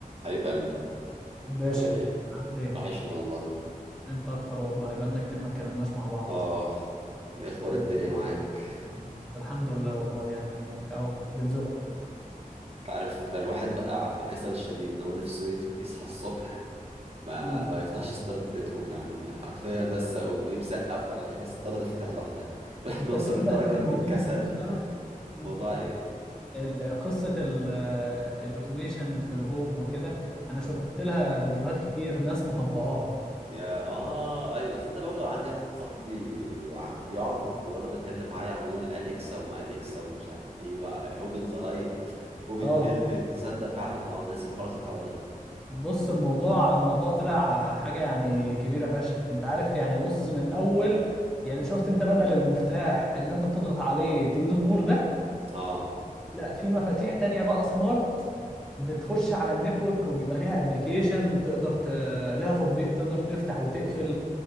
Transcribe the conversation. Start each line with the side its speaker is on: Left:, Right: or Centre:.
Right: حبيب قلبي
Centre: باشا
Right: عامل ايه
Centre: عامل ايه
Right: وحشني والله
Centre: انت اكتر والله بقالنا كتير ما اتكلمناش مع بعض
Right: اه دي اخبار الدنيا
Centre: انت ايه الدنيا
Right: معاك
Centre: معاك اليومين دول؟ الحمد لله والله يعني اهو بنزق
Right: تعرف الواحد بقى في كسل شديد لو نفسه يف- يصحى الصبح ما,
Centre: مم.
Right: ما يفتحش ستارة بيتهم يعني حرفيا بس اقوم ايه مسقف ولا حاجة الستارة تتفتح لوحدها <laughs> الواحد
Centre: انت
Right: وصل
Centre: تصدق
Right: لدرجة
Centre: ان الموضوع
Right: من الكسل
Centre: ده موجود فعلا مم.
Right: موضوع ايه
Centre: ال- قصة ال- الاوتوميشن في الهوم وكده انا شفت لها فيديوهات كتير ناس مطبقاها
Right: يا اه ايوه صدق برضه عندي واحد صاحبي عم بيقعد يتك- وانا بتكلم معاه يقعد يقول اليكسا وما اليكسا ومش عارف ايه اوبن ذا لايت اوبن
Centre: اه
Right: كيرتنز صدق فعلا اه أنا ناسي حوار الحوار ده
Centre: بص الموضوع الموضوع طلع حاجة يعني كبيرة فشخ انت عارف يعني بص من اول يعني شفت انت بدل المفتاح اللي انت بتضغط عليه تقيد النور ده
Right: اه
Centre: لا في مفاتيح تانية بقى سمارت بتخش على النتورك وبيبقى ليها ابلكيشن تقدر ت... ليها تطبيق تقدر تفتح وتقفل